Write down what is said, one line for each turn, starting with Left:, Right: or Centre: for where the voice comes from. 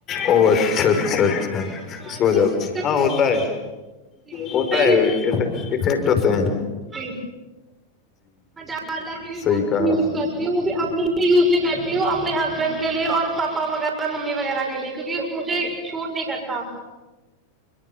Left: او اچھا اچھا اچھا
Right: ہاں
Left: اس وجہ
Right: کئی کو
Left: سے
Right: دقت
Left: ہاں
Right: ہوتی
Left: ہوتا ہے
Right: جی
Left: ہوتا
Right: تو میں
Left: ہے افیکٹ ہوتا ہے
Right: جیھ مزہ کی
Left: صحیح
Right: بہت
Left: کہا
Right: کم یوز کرتی ہے وہ بھی اپنی یوز بھی کرتی ہوں اپنے ہسبینڈ کے لیے اور پاپا وغیرہ ممی وغیرہ کے لیے کیونکہ مجھے شوٹ نہیں کرتا